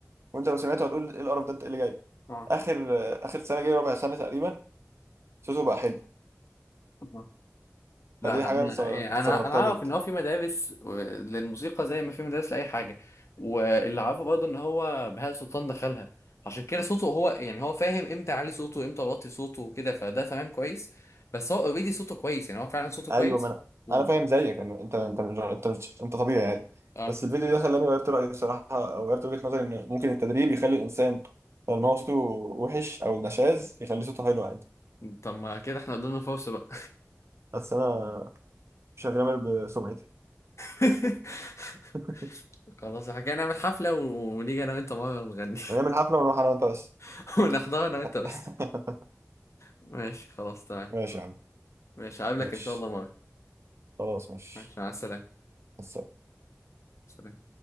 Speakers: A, on the right; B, on the left.
A: وانت لو سمعته هتقول ايه القرف ده انت ايه اللي جايب
B: اه
A: اخر آه اخر سنه جاي ربع سنه تقريبا صوته بقى حلو
B: آه. لا
A: فدي
B: لا
A: حاجه
B: انا
A: انا
B: يعني
A: استغربتها
B: انا انا اعرف
A: جدا
B: ان هو في مدارس و- للموسيقى زي ما في مدارس لاي حاجه واللي عارفه برضه ان هو بهاء سلطان دخلها عشان كده صوته هو يعني هو فاهم امتى اعلي صوته وامتى اوطي صوته وكده فده تمام كويس بس هو اوريدي صوته كويس يعني هو فعلا صوته
A: ايوه
B: كويس
A: ما انا
B: و...
A: انا فاهم زيك إن انت انت مش- انت مش انت طبيعي يعني
B: اه
A: بس الفيديو ده خلاني غيرت رايي بصراحه او غيرت وجهه نظري ان ممكن التدريب يخلي الانسان لما هو صوته وحش او نشاز يخلي صوته حلو عادي
B: طب ما كده احنا قدامنا فرصه بقى
A: بس انا مش هغامر بسمعتي
B: <laughs>
A: <laughs>
B: خلاص حكينا نعمل حفلة و- ونيجي انا وانت مرة نغني
A: هنعمل حفله ونروح انا وانت بس
B: <laughs> ونحضر انا وانت بس
A: <laughs>
B: ماشي خلاص تمام
A: ماشي يا عم
B: ماشي هقابلك
A: ماشي
B: ان شاء الله مرة
A: خلاص ماشي
B: ماشي مع السلامة
A: بس
B: سلام